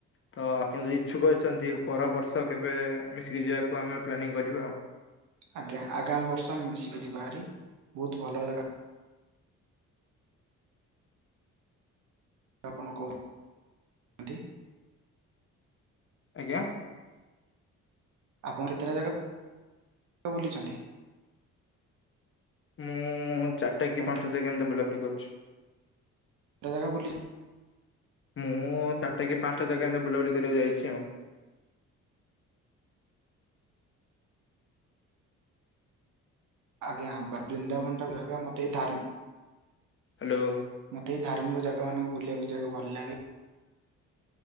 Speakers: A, on the left (about 45°); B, on the right (about 75°).
A: ତ ଆପଣ ଯଦି ଇଚ୍ଛୁକ ଅଛନ୍ତି ପର ବର୍ଷ କେବେ ମିଶିକି ଯିବାକୁ ଆମେ ପ୍ଲାନିଂ କରିବା ଆଉ।
B: ଆଜ୍ଞା ଆଗାମୀ ବର୍ଷ ଆମେ ମିଶିକି ଯିବାହାରି। ବୋହୁତ ଭଲ ଜାଗା ଆପଣ କହୁ ନାହାନ୍ତି।
A: ଆଜ୍ଞା।
B: ଆପଣ କେତେଟା ଜାଗା ବୁଲିଛନ୍ତି?
A: ମୁଁ ଚାରିଟା
B: ଆପଣ
A: କି ପାଞ୍ଚଟା ଯାଗା ଏମିତି ବୁଲାବୁଲି କରିଛି।
B: <inaudible> ବୋଲି
A: ମୁଁ ଚାରିଟା କି ପାଞ୍ଚଟା ଜାଗା ଏମିତି ବୁଲାବୁଲି କରିବାକୁ ଯାଇଛି ଉ।
B: ଆଜ୍ଞା ବା ବ୍ରିନ୍ଦାବନଟା ଜାଗା ମତେ ଧାର୍ମ
A: ହାଲୋ।
B: ମତେ ଏଇ ଧାର୍ମିକ ଜାଗା ମାନଙ୍କୁ ବୁଲିଆକୁ ଯିବାକୁ ଭଲ ଲାଗେ।